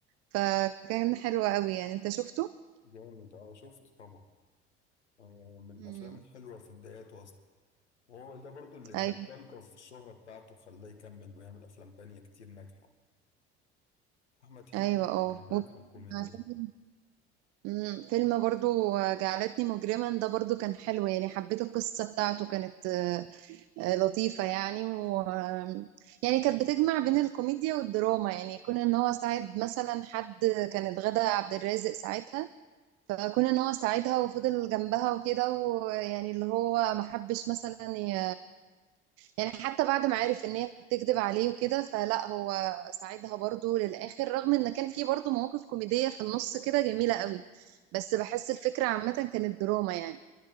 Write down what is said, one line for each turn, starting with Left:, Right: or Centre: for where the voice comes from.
Right: فكان حلو قوي يعني انت شفته
Left: جامد اه شفته طبعا آه من
Right: مم.
Left: الافلام الحلوة في بداياته اصلا وهو ده برضه اللي اداه
Right: ايوه
Left: الضجة في الشهرة بتاعته خلاه يكمل ويعمل افلام تانية كتير ناجحة احمد حلمي
Right: ايوه اه
Left: موهوب
Right: وب-
Left: في الكوميديا يعني.
Right: فيلم مم، فيلم برضو جعلتني مجرما ده برضو كان حلو يعني حبيت القصة بتاعته كانت لطيفة يعني و يعني كانت بتجمع بين الكوميديا والدراما يعني كون ان هو ساعد مثلا حد كانت غادة عبد الرازق ساعتها كون ان هو ساعدها وفضل جنبها وكده ويعني اللي هو ما حبش مثلا ي... يعني حتى بعد ما عرف ان هي بتكذب عليه وكده فلا هو ساعدها برضو للآخر رغم ان كان في برضو مواقف كوميدية في النص كده جميلة قوي بس بحس الفكرة عامة كانت دراما يعني